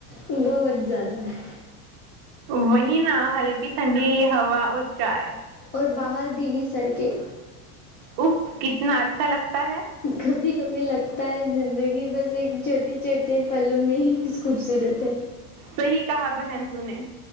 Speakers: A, on the left; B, on the right.
A: بہت زیادہ ہے
B: وہی نا ہلکی ٹھنڈی ہوا اور چائے
A: اور باہر بھی گی سڑکیں
B: اف کتنا اچھا لگتا ہے
A: کبھی کبھی لگتا ہے زندگی بس ایک چھوٹے چھوٹے پلوں میں ہی ک خوبصورت
B: صحیح کہا بہن تو نے